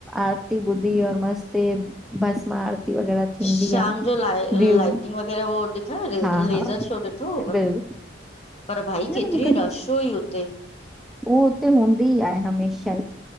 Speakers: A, in the centre; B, on the left (about 30°).
A: आरती ॿुधी और मस्ती बस महाआरती वग़ैरह थींदी
B: शाम
A: आहे
B: जो लाइ ल
A: व्यू
B: लाइटिंग वग़ैरह हो ॾिठव
A: हा
B: लेज़र
A: हा
B: शो ॾिठोअव?
A: बिल
B: पर भाई
A: न
B: केतिरी
A: न मूंखे
B: रश
A: त
B: हुई हुते
A: उहो हुते हूंदी ई आहे हमेशा ई